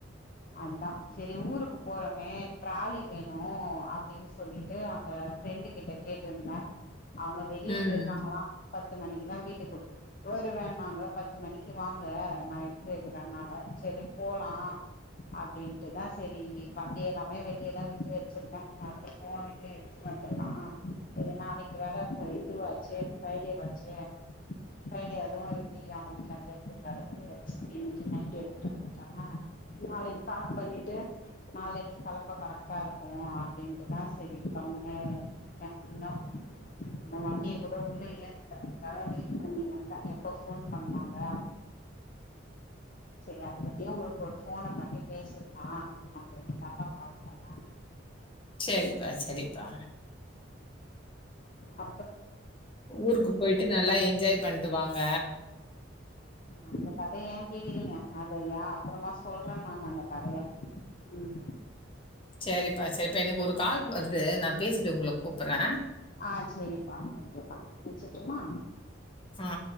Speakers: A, on the left; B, on the left.
A: அதா செரி ஊருக்கு போறமே ட்ராாலி வேணு அப்டின் சொல்லீட்டு அங்க ஃப்ரெண்டு கிட்ட கேட்ருந்தே அவுங்க வெளிய
B: ம்.
A: போயிருக்காங்ளா பத்து மணிக்குதா வீட்டுக்கு வருவேனாங்க பத்து மணிக்கு வாங்க நா எடுத்து வெக்கிறன்னாங்க செரி போலா அப்டின்ட்டுதா செரி வண்டி எல்லாமே வெ ளிய தா விட்டு வெச்சிருக்கே வந்து போய்ட்டு எடுத்துட்டு வந்துற்லா இது நாளைக் கி வேற ஃப்ரை இது வாச்சே ஃப்ரை டே வாச்சே ஃப்ரை டே அதுவு எப் டி அவுங்க வீட்லருந்து எடுத்துட்டு வரது அப்டின் சொல்லி இன்னைக்கி நைட்டு எடுத்துட்டு வந்துட்டம்னா நாளைக்கு பேக் பண்ணிட்டு நாளனைக்கு கெளம்ப கரெக்டா இருக்கு அப்டின்ட்டுதா சரினு கம்முனு விட்ட இன்னு நா வண்டிய கூட உள்ள ஏத்தல அதுக்காக வெயிட் பண்ணிட்டு இருக்க எப்ப போன் பண்ணுவாங்க செரி அது பத்தியு உங்களுக்கு ஒரு போன பண்ணி பேசிர்லா அப்படின்னு தா கால் பண்ண
B: செரிப்பா செரிப்பா
A: அ
B: ஊருக்கு போயிட்டு நல்லா என்ஜாய் பண்ணிட்டு வாங்க
A: அந்த கதைய ஏ கேக்குறீங்க அதையா அப்புறமா சொல்றே நா அந்த கதைய உம்
B: செரிப்பா செரிப்பா எனக்கு ஒரு கால் வருது நா பேசிட்டு உங்களுக்கு கூப்பிடறே
A: ஆ செரிப்பா ஓக்கேப்பா வச்சிட்டுமா
B: ஆ